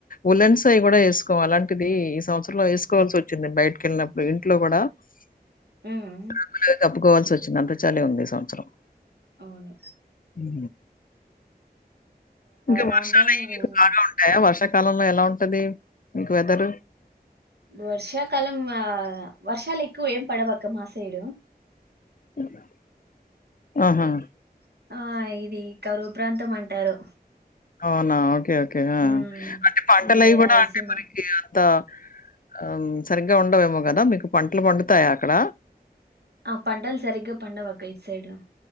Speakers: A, on the left; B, on the right.
A: ఉలన్స్ అవన్నీ కూడా వేసుకోము అలాంటిది ఈ సంవత్సరంలో వేసుకోవాల్సి వచ్చింది బయటకి వెళ్ళినప్పుడు ఇంట్లో కూడా <inaudible>
B: హ్మ్
A: కప్పుకోవాల్సి వచ్చింది అంత చలి ఉంది ఈ సంవత్సరం
B: అవును
A: <inaudible> ఇంకా
B: రాను
A: వర్షాలు
B: రాను
A: అయ మీకు
B: ఇంకా
A: బాగా ఉంటాయా వర్ష కాలంలో ఎలా ఉంటది మీకు వెదర్
B: వర్షాకాలం వర్షాలకు ఏం పడవు అక్క మా సైడు
A: <inaudible> ఆహా
B: ఐ- ఆ ఇది కరువు ప్రాంతం అంటారు
A: అవునా ఓకే ఓకే ఓకే
B: హ్మ్
A: అంటే పంటలు
B: ఈ
A: అవి
B: రాయలసీమ
A: కూడా అంటే మరికి అంత ఆ సరిగ్గా ఉండవేమో కదా మీకు పంటలు పండుతాయా అక్కడ
B: ఆ పంటలు సరిగా పండవాక్క ఈట్ సైడ్